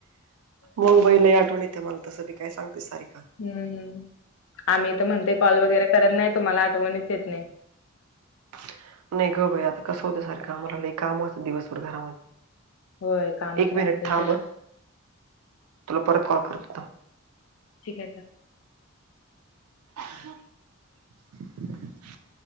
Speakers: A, on the right; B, on the left.
A: मग बैलाई आठवण येत मला तसं बी काय सांगते सारी का?
B: हम्म हम. आम्ही तर म्हणते कॉल वगैरे करत नाही तुम्हाला आठवणीच येत नाही.
A: <unintelligible> नाही ग भाई आता कसं होत सारखं आम्हाला ल काम वाचतं दिवसभर घरामध्ये
B: होय काम
A: एक
B: त्रासते
A: मिनिट थांब
B: थोडा
A: तुला परत कॉल करत.
B: ठीक आहे स
A: <unintelligible>